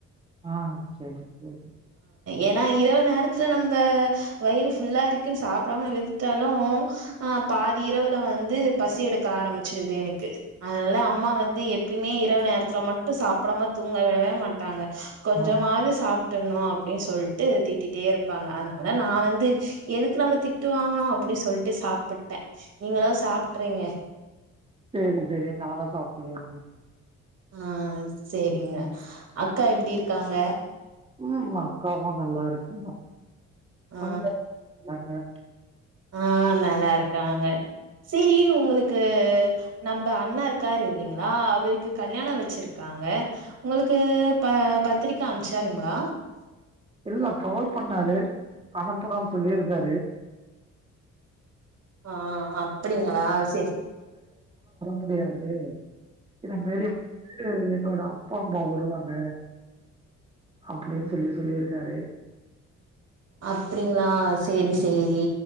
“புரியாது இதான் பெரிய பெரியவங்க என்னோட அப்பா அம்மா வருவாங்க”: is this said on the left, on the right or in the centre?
Right